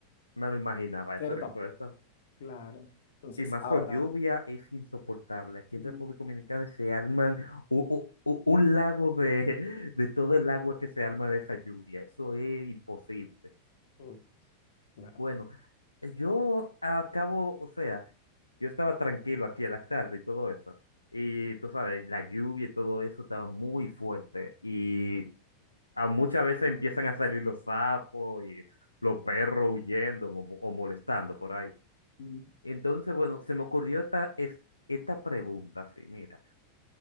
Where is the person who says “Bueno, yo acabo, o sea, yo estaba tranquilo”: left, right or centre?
Left